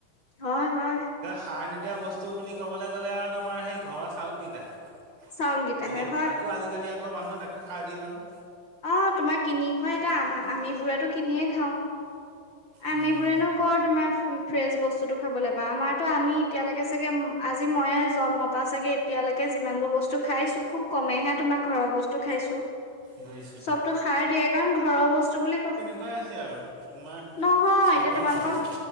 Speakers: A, on the left; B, on the right.
A: হয় হয়
B: সাৰ নিদিয়া বস্তু বুলি ক'বলে গ'লে আৰু তোমাৰ সেই ঘৰৰ চাউলকেইটাই আৰু
A: চাউলকেইটাহে
B: যদি
A: হয়।
B: তাকো আজিকালি আকৌ মানুহে তাকো সাৰ দিয়ে নহয়।
A: অ' তোমাৰ কিনি খোৱা এতিয়া আমা-আমি বোৰেটো কিনিয়ে খাও আমি
B: উম,
A: বোৰেনো কৰ তোমাৰ ফ্ৰেছ বস্তুটো খাবলৈ পাওঁ আমাৰতো আমি এতিয়ালৈকে চাগে আজি মইয়ে জন্ম পা চাগে এতিয়ালেকে যিমান বোৰ বস্তু খাইছো খুব কমেহে তোমাৰ ঘৰৰ বস্তু খাইছো।
B: বুজিছো
A: চবতো
B: অ'।
A: সাৰ দিয়াই কাৰণ ঘৰৰ বস্তু বুলি ক
B: কিবা হৈছে আৰু তোমাৰ
A: নহয়
B: চহৰত
A: এতিয়া তোমালোকৰ